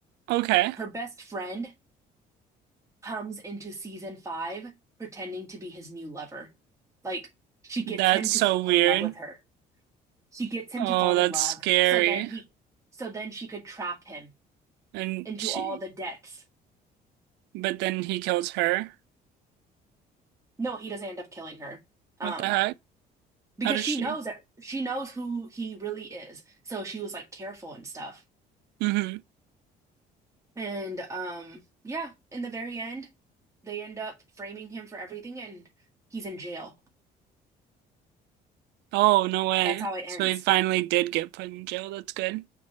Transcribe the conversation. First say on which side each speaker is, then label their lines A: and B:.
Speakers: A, on the right; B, on the right.
A: Okay.
B: her best friend comes into season five pretending to be his new lover. Like she gets
A: That's
B: him to
A: so
B: fall
A: weird.
B: in love with her. She gets him
A: Oh,
B: to fall
A: that's
B: in love.
A: scary.
B: So then he, so then she could trap him
A: And
B: into
A: she,
B: all the debts.
A: but then he kills her.
B: No, he doesn't end up killing her. Um,
A: What the heck?
B: because
A: How does
B: she
A: she?
B: knows that she knows who he really is. So she was like careful and stuff.
A: hmm
B: And um yeah, in the very end, they end up framing him for everything and he's in jail.
A: Oh, no way.
B: That's how it ends.
A: So he finally did get put in jail. That's good.